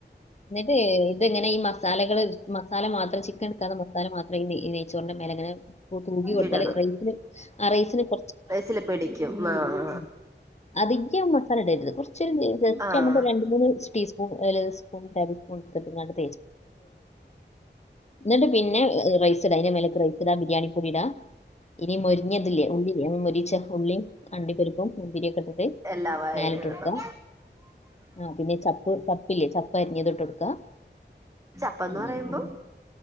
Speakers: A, on the left; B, on the right.
A: ന്ന്ട്ട് തങ്ങനെ ഈ മസാലകള് മസാല മാത്രം ചിക്കൻ എട്ക്കാത്ത മസാല മാത്രം ഈ നെയ് നെയച്ചോറിന്റെ മേലങ്ങനെ <unintelligible>
B: ഇടണം
A: <unintelligible>
B: റൈസില് പിടിക്കും ആഹ്
A: അ അധികം മസാല ഇടര്ത് കൊറച്ചൊരു ജസ്റ്റൊന്ന്
B: ആഹ് ആഹ്
A: രണ്ട് മൂന്ന് ടിസ്പൂൺ സ്പൂൺ <unintelligible> <unintelligible> ന്നട്ട് പിന്നെ റൈസ്ടാ അയ്ന്റെ മേലക്ക് റൈസ് ഇടാ ബിരിയാണി പൊടി ഇടാ ഇനി മൊരിഞ്ഞത്ല്ലേ ഉള്ളി മൊരിച്ച ഉള്ളിയും അണ്ടിപ്പരിപ്പും മന്തിരിയൊക്കെ ഇട്ടിട്ട്
B: എല്ലാ വാഴയും
A: മേലെ ഇട്ടൊട്ക്ക
B: ഇടണം
A: ആ പിന്നെ ചപ്പ് ചപ്പില്ലേ ച പരിഞ്ഞതും ഇട്ടൊട്ക്കാ
B: ചപ്പന്ന്
A: ആ
B: പറയുമ്പം
A: ആ